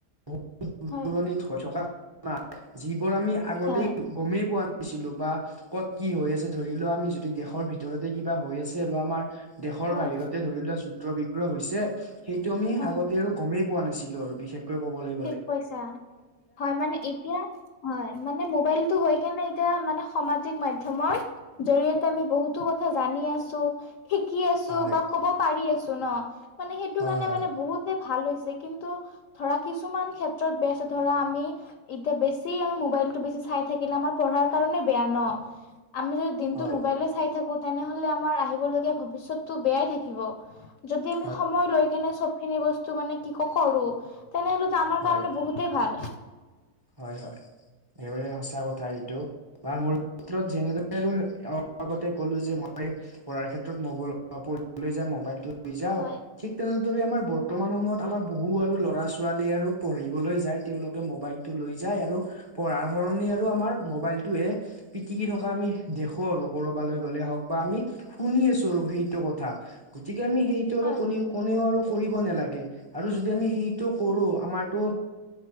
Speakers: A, on the right; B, on the left.
A: বহু দূৰ
B: হয়
A: দূৰণিত হৈ থকা ঘটনা যিবোৰ আমি আগতেই
B: হয়
A: গমেই পোৱা নাছিলো বা ক'ত কি হৈ আছে ধৰি লোৱা আমি যদি দেশৰ ভিতৰতে কিবা হৈ আছে বা আমাৰ দেশৰ
B: হয়
A: বাহিৰতে ধৰি লোৱা যুদ্ধ বিগ্ৰহ হৈছে সেইটো আমি
B: হয়
A: আগতে আৰু গমেই পোৱা নাচো লো আৰু বিশেষ <unintelligible>
B: ঠিক কৈছা হয় মানে এতিয়া হয় মানে মোবাইলটো হয় কেনে এতিয়া মানে সামাজিক মাধ্যমৰ জৰিয়তে আমি বহুতো কথা জানি আছো। শিকি আছো
A: হয়
B: বা ক'ব পাৰি আছো ন মানে সেইটো
A: হয়
B: কাৰনে মানে বহুত ভাল হৈছে কিন্তু ধৰা কিছুমান ক্ষেত্ৰত বেস ধৰা আমি এতিয়া বেছি আমি মোবাইলটো বেছি চাই থাকিলে আমাৰ পঢ়াৰ কাৰণে বেয়া ন আমি যদি দিনটো
A: হয়
B: মোবাইলে
A: হয়
B: চাই থাকো তেনেহলে আমাৰ আহিবলগীয়া ভবিষ্যতটো বেয়াই থাকিব। যদি আমি
A: হয়
B: সময় লৈ কেনে চব খিনি বস্তু মানে কি <unintelligible> কৰো। তেনেহ'লেতো আমাৰ কাৰণে
A: হয়
B: বহুতেই ভাল।
A: হয়, হয়। এইবাৰে সঁচা কথা এইটো বা মোৰ ক্ৰত যেনেদৰে আগতে কলো যে মই পঢ়াৰ ক্ষেত্ৰত মই বোলো পঢ়িবলৈ যে মবাইলটো লৈ যাওঁ।
B: হয়
A: ঠিক তেনেদৰে আমাৰ বৰ্তমান সময়ত আমাৰ বহু আৰু ল'ৰা ছোৱালী আৰু পঢ়িবলৈ যায় তেওঁলোকে মোবাইল টো লৈ যায় আৰু পঢ়াৰ সলনি আৰু আমাৰ মোবাইলটোহে পিটিকি থকা আমি দেখো আৰু কৰবালৈ গ'লে হওক বা আমি শুনি আছো আৰু সেইটো কথা। গতিকে আমি সেইটো আৰু
B: হয়,
A: কোনোও কোনেও আৰু কৰিব নালাগে আৰু যদি আমি সেইটো কৰো আমাৰতো